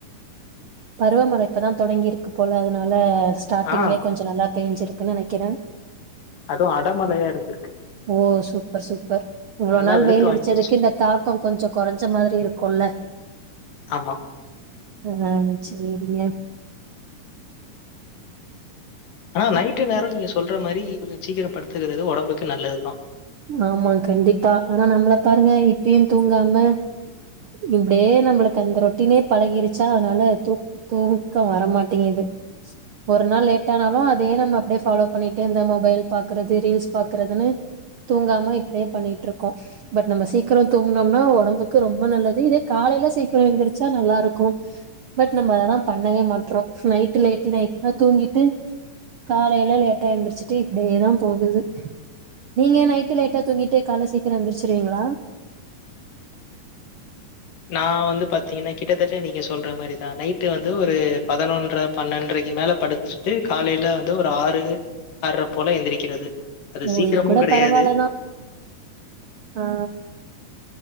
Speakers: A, on the right; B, on the left.
A: பருவமழ இப்பதா தொடங்கிருக்கு போல அதனால ஸ்டார்ட்டிங்லயே
B: ஆ
A: கொஞ்ச நல்லா பேஞ்சிருக்குனு நெனைக்கறே
B: அது அடமழையா இருக்கு
A: ஓ சூப்பர் சூப்பர். இவ்ளோ
B: நல்லா
A: நாள்
B: வெளுத்து
A: வெயில்
B: வாங்கிருச்சு.
A: அடிச்சதுக்கு இந்த தாக்கம் கொஞ்ச கொறஞ்ச மாரி இருக்குல்ல
B: ஆமா
A: ம் ஆ சேரிங்க
B: ஆ நைட்டு நேரோ நீங்க சொல்ற மாரி கொஞ்ச சீக்கிர படுத்துக்கறது ஒடம்புக்கு நல்லதுதா
A: ஆமா கண்டிப்பா. ஆனா நம்மள பாருங்க இப்பயு தூங்காம இப்டியே நம்பளுக்கு அந்த ரொட்டடீனே பழகிருச்சா அதனால தூக் தூக்கோ வரமாட்டேங்குது. ஒரு நாள் லேட் ஆனாலு அதயே நம்ம அப்டியே ஃபாலோ பண்ணிட்டே இந்த மொபைல் பாக்கறது ரீல்ஸ் பாக்குறதுன்னு தூங்காம இப்டியே பண்ணிட்ருக்கோ. பட் நம்ம சீக்ரோ தூங்குனோம்னா ஒடம்புக்கு ரொம்ப நல்லது. இதே காலைல சீக்கிரோ எழுந்துரிச்சா நல்லா இருக்கு. பட் நம்ம அதா பண்ணவே மாட்றோ. நைட் லேட் நைட்டா தூங்கிட்டு காலைல லேட்டா எந்திரிச்சிட்டு இப்டியேதா போகுது நீங்க நை ட்டு லேட்டா தூங்கிட்டு காலைல சீக்கிரோ எந்திருச்சிருவீங்களா?
B: நா வந்து பாத்தீங்னா கிட்டத்தட்ட நீங்க சொல்ற மாரிதா நைட்டு வந்து ஒரு பதனொன்ர பன்னென்டரைக்கி மேல படுத்துட்டு காலைல வந்து ஒரு ஆறு ஆற்ர போல எந்திரிக்கிறது அது
A: ஓ
B: சீக்கிரமு
A: இது கூட
B: கெடையாது
A: பரவால்லதா ஆ